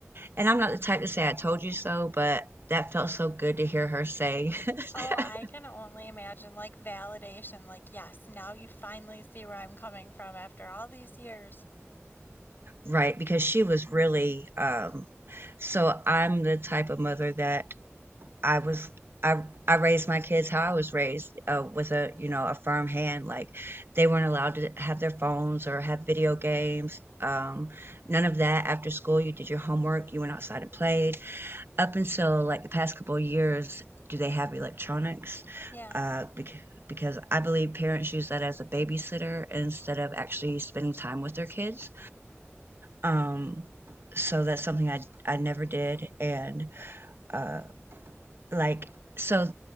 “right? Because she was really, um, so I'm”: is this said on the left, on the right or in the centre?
Right